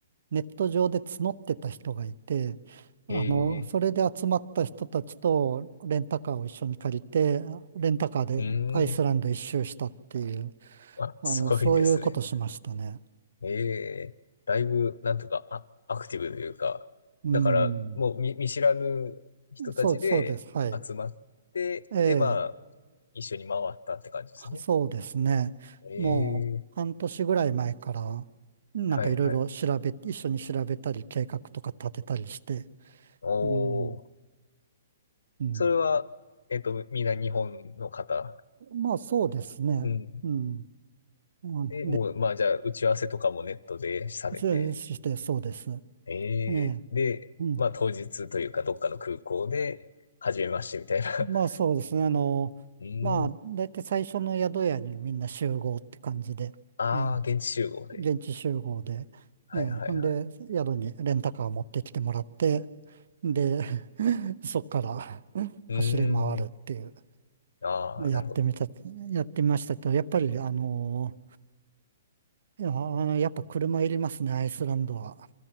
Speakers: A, on the right; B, on the left.
A: ネット上で募ってた人がいて、あの、
B: ええ
A: それで集まった人たちとレンタカーを一緒に借りて、レンタカーでアイスランド一周したっていう、
B: うーん、あ、
A: あの、
B: すごいですね。
A: そういうことしましたね。
B: ええだいぶ、なんとか、あ、アクティブというか、
A: うん。
B: だから、もう見、見知らぬ人たちで集まって、
A: そう、そうです。はい。ええ、
B: で、まあ、一緒に回ったって感じですね。
A: そうですね。
B: ええ
A: もう半年ぐらい前から、なんかいろいろ調べ、
B: はいはい。
A: 一緒に調べたり、計画とか立てたりして、
B: お
A: うん、
B: ー、
A: うん。
B: それは、えっと、みんな日本の方。
A: まあそうですね。
B: うん。
A: うん。うんで
B: で、もう、まあ、じゃあ、打ち合わせとかもネットでされて。
A: そうして、そうです。
B: ええで、
A: ええ。うん。
B: まあ当日というかどっかの空港で、初めましてみたいな。<laughs>
A: まあそうですね。あの、
B: うーん。
A: まあ、だいたい最初の宿屋にみんな集合って感じで、
B: ああ、
A: ええ、
B: 現地集合で。
A: 現地集合で、
B: はいはいはい。
A: ええ、ほんで、宿にレンタカー持ってきてもらって、で、<laughs> そっから <laughs>
B: うー
A: 走り回るっていう、
B: ん。ああ、
A: やってみた、
B: なるほど。
A: やってみましたけど、やっぱり、あの、いや、やっぱ車いりますね、アイスランドは。